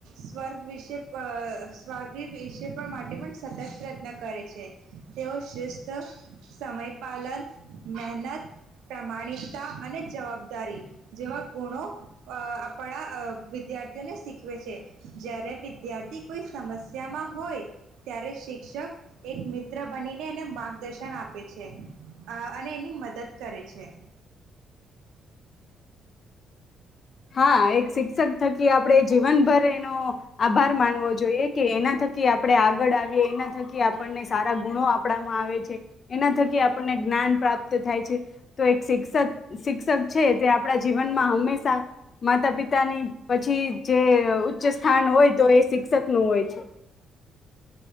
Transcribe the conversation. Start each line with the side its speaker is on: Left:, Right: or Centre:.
Right: સ્વર્ગ વિશે પ સ્વર્ગ વિષ માટે પણ સતત પ્રયત્ન કરે છે તેઓ શિસ્ત સમયપાલન, મહેનત, પ્રામાણિકતા અને જવાબદારી જેવા ગુણો આપણા અ વિદ્યાર્થીઓને શીખવે છે. જ્યારે વિદ્યાર્થી કોઈ સમસ્યામાં હોય ત્યારે શિક્ષક એક મિત્ર બનીને એને માર્ગદર્શન આપ પે છે અને એની મદદ કરે છે.
Left: હા એક શિક્ષક થકી આપડે જીવનભરે એનો આભાર માનવો જોઈએ કે એના થકી આપણે આગળ આવીએ, એના થકી આપણને સારા ગુણો આપણામાં આવે છે, એના થકી આપણને જ્ઞાન પ્રાપ્ત થાય છે તો એક શિક્ષક શિક્ષક છે તે આપણા જીવનમાં હંમેશા માતા પિતાની પછી જે ઉચ્ચ સ્થાન હોય તો એ શિક્ષક નું હોય છે.